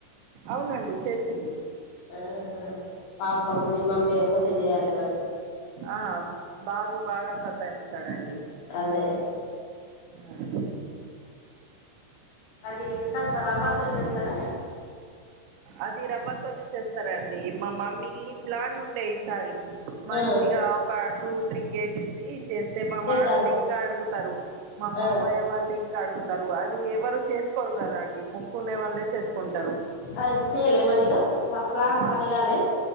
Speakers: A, on the right; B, on the left.
A: అవునండి చేసిండ్రు.
B: ఆహా పాపం
A: హ్మ్.
B: మీ మమ్మీ ఒక్కతే చేయాలి కావచ్చు.
A: ఆ బాబు బాగా సతాయిస్తాడండి
B: అదే
A: ఉ
B: అది ఎట్లా రవ్వతో చేస్తారా.
A: అది రవ్వతోనే చేస్తారండి. మా మమ్మీకి ప్లాన్ ఉండే ఈసారి. మంచిగా
B: ఆ
A: ఒక టూ త్రీ కేజీస్ది చేస్తే మా
B: చేద్దామా
A: వాడల్ని ఇంకా అడుగుతారు. మా మామయ్య
B: ఆ
A: వాళ్ళు ఇం కా అడుగుతారు. అది ఎవరు చేసుకోరు కదా అండి. మోక్కునే వాళ్ళే చేసుకుంటారు.
B: అయితే చేయలే మరి ఇగా ప్లాన్
A: హ,
B: పనిగాలే.